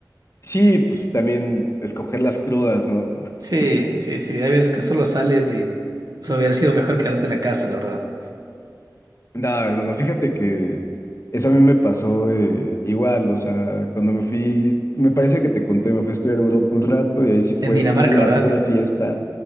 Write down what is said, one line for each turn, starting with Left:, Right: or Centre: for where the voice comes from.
Left: sí, pues también escoger las crudas, ¿no? <laughs>
Right: Sí, sí, sí, hay veces que solo sales y o sea, hubiera sido mejor quedarte en la casa, la verdad.
Left: Nada, hermano, fíjate que eso a mí me pasó eh, igual, o sea, cuando me fui, me parece que te conté, me fui a estudiar a Europa un rato y ahí sí fue
Right: En Dinamarca,
Left: pura,
Right: ¿verdad?
Left: pura fiesta.